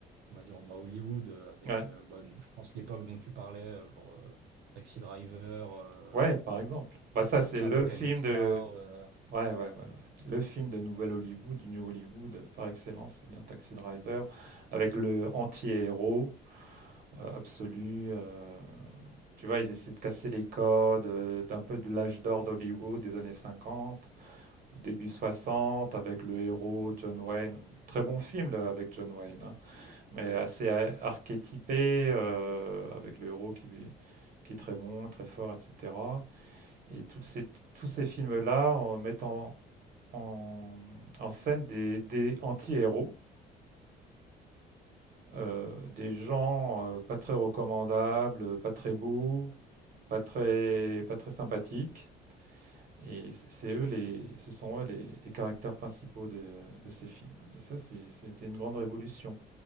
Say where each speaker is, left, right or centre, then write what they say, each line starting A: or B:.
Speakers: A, on the right; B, on the right.
A: on va dire, bah, Hollywood, euh, avec,
B: Ouais.
A: euh, bah, je pense, l'époque dont tu parlais, euh, genre euh, Taxi Driver, euh,
B: Ouais, par exemple. Bah, ça, c'est
A: Apocalypse
B: le film de
A: Now, euh,
B: ouais, ouais, ouais, ouais. Le film de nouvelle Hollywood, du New Hollywood, heu, par excellence, c'est bien Taxi Driver, avec le anti-héros, heu, absolu, heu, tu vois? Ils essaient de casser les codes, heu, d'un peu de l'âge d'or d'Hollywood des années 50, ou début 60, avec le héros John Wayne. Très bon film, là, avec John Wayne, hein, mais assez a archétypé, heu, avec le héros qui qui est très bon, très fort et cetera Et toutes ces- tous ces films-là en mettent en, en- en scène des, des anti-héros, euh, des gens euh, pas très recommandables, pas très beaux, pas très, pas très sympathiques. Et c- c'est eux les, ce sont eux les, les caractères principaux de, de ces films. Et ça, c'est- c'était une grande révolution.